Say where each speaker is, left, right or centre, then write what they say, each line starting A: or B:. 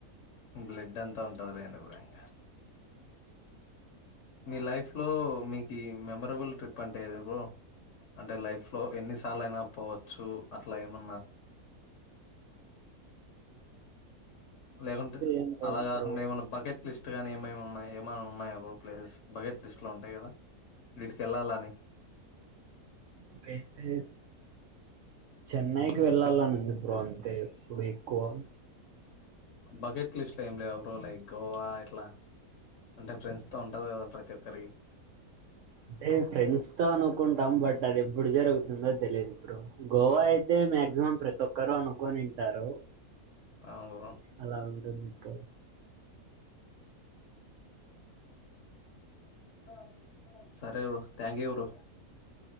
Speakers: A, on the left; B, on the right.
A: బ్లడ్ అంతా ఉంటదిలెండి బ్రో ఇంగా మీ లైఫ్ లో మీకి మెమరబుల్ ట్రిప్ అంటేది బ్రో అంటే లైఫ్ లో ఎన్నిసార్లు అయినా పోవచ్చు అట్లా ఏమన్నా లేకుంటే
B: ఏం లేదు
A: అలా కాగుండా
B: బ్రో
A: ఏమన్నా బకెట్ లిస్ట్ గానీ ఏమేమి ఉన్నాయి ఏమన్నా ఉన్నాయా బ్రో ప్లేసెస్ బగెట్ లిస్ట్ లో ఉంటాయి కదా వీటికి వెళ్ళాలి అని
B: ఇకైతే చెన్నైకి వెళ్లాలని ఉంది. బ్రో అంతే ఎక్కువ
A: బకెట్లిస్ట్ లో ఏం లేవా బ్రో లైక్ గోవా ఇట్లా అంటే ఫ్రెండ్స్ తో ఉంటది కదా ప్రతి ఒక్కరికి
B: అంటే ఫ్రెండ్స్ తో అనుకుంటాం బట్ అది ఎప్పుడు జరుగుతుందో తెలియదు ఇప్పుడు గోవా అయితే మాక్సిమమ్ ప్రతి ఒక్కరు అనుకునింటారు
A: ఆ బ్రో
B: అలా ఉంటుంది <inaudible>
A: <inaudible> సరే bro thank you bro